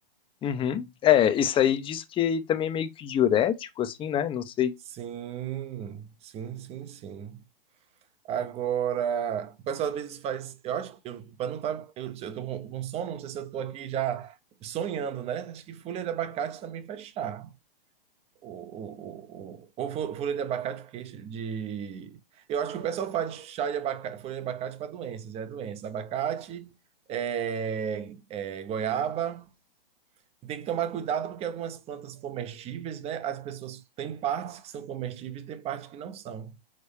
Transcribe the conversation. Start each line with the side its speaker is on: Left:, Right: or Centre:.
Left: Uhum. É, isso aí diz que também é meio que diurético, assim, né? Não sei.
Right: Sim, sim, sim, sim. Agora, o pessoal às vezes faz. Eu acho que eu, para não estar. eu, eu tô com, com sono, não sei se eu tô aqui já sonhando, né? Acho que folha de abacate também faz chá. Ou, ou, ou, ou folha de abacate, porque de. Eu acho que o pessoal faz chá de abacate, folha de abacate para doenças, é doença. Abacate, é, é, goiaba. Tem que tomar cuidado porque algumas plantas comestíveis, né? As pessoas têm partes que são comestíveis, tem partes que não são.